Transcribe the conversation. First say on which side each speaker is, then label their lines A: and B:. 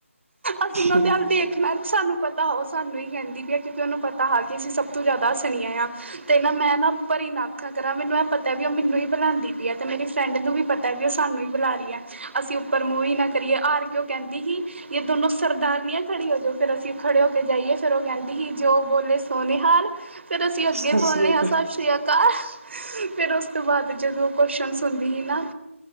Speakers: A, on the right; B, on the right.
A: ਅਸੀਂ ਇਹਨਾਂ
B: ਹਾਂਜੀ
A: ਦੇ ਅੱਲ ਦੇਖਣਾ ਸਾਨੂੰ ਪਤਾ ਤਾਂ ਉਹ ਸਾਨੂੰ ਹੀ ਕਹਿੰਦੀ ਪਈ ਹੈ ਕਿਉਂਕਿ ਉਹਨੂੰ ਪਤਾ ਹੈ ਕੀ ਅਸੀਂ ਸਭ ਤੋਂ ਜ਼ਿਆਦਾੱ ਹਸਣੀਆਂ ਆਂ ਤੇ ਨਾ ਮੈਂ ਨਾ ਉਪਰ ਈ ਨਾ ਅੱਖਾਂ ਕਰਾਂ ਮੈਨੂੰ ਇਹ ਪਤੈ ਵੀ ਉਹ ਮੈਨੂੰ ਹੀ ਬਲਾਂਦੀ ਪਈ ਹੈ ਤੇ ਮੇਰੀ ਫਰੈਂਡ ਨੂੰ ਵੀ ਪਤਾ ਵੀ ਉਹ ਸਾਨੂੰ ਹੀ ਬੁਲਾ ਰਹੀ ਹੈ ਅਸੀਂ ਉੱਪਰ ਮੂੰਹ ਹੀ ਨਾ ਕਰੀਏ ਹਾਰ ਕੇ ਉਹ ਕਹਿੰਦੀ ਕਿ ਦੋਨੋਂ ਸਰਦਾਰਨੀਆਂ ਖੜੀ ਹੋ ਜੋ ਫੇਰ ਅਸੀਂ ਖੜੇ ਹੋ ਕੇ ਜਾਈਏ ਫਿਰ ਉਹ ਕਹਿੰਦੀ ਸੀ ਜੋ ਬੋਲੇ ਸੋ ਨਿਹਾਲ ਫੇਰ ਅਸੀਂ ਅੱਗੇ
B: ਸਤਿ ਸ੍ਰੀ
A: ਬੋਲਨੇ ਆਂ ਸਤਿ ਸ਼੍ਰੀ ਅਕਾਲ ਫੇਰ ਉਸ ਤੋਂ ਬਾਅਦ ਜਦੋਂ ਕੋਸ਼ਨ ਸੁਣਦੀ ਸੀ ਨਾ